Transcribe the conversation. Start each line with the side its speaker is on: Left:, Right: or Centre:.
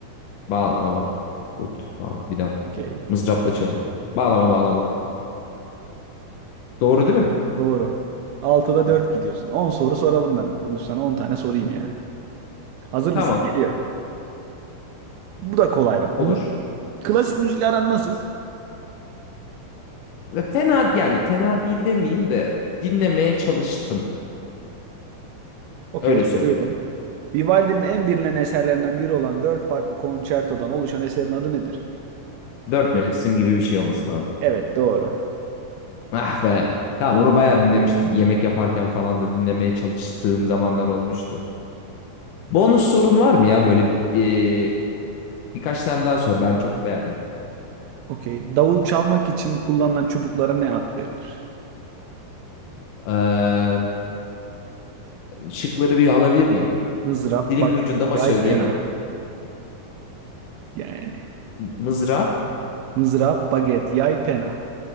Left: Bağlama. Ut. Bağ bir dakika.
Right: Okey.
Left: Mızrapla çalı. Bağlama bağlama. Doğru değil mi?
Right: Doğru. Altıda
Left: Ha,
Right: dört gidiyorsun. 10 soru soralım ben. Bugün sana on tane sorayım ya. Hazır
Left: Tamam.
Right: mısın? Geliyor. Bu da kolay bak.
Left: Olur.
Right: Bunu klasik müzikle aran nasıl?
Left: Ve fena yani fena değil demeyeyim de dinlemeye çalıştım.
Right: Okey
Left: Öyle
Right: soruyorum.
Left: söyleyeyim.
Right: Vivaldi'nin en bilinen eserlerinden biri olan dört farklı konçertodan oluşan eserin adı nedir?
Left: Dört mevsim gibi bir şey olması lazım.
Right: Evet doğru.
Left: Ah be. Tamam onu bayağı dinlemiştim. Yemek yaparken falan da dinlemeye çalıştığım zamanlar olmuştu. Bonus sorun var mı ya böyle e, birkaç tane daha sor. Ben çok beğendim.
Right: Okey. Davul çalmak için kullanılan çubuklara ne ad verilir?
Left: Ee, Şıkları bir alabilir miyim?
Right: Mızrap,
Left: Dilimin
Right: baget,
Left: ucunda ama
Right: yay,
Left: söyleyemedim.
Right: pena. Yani
Left: M- Mızrap,
Right: mızrap, baget, yay, pena.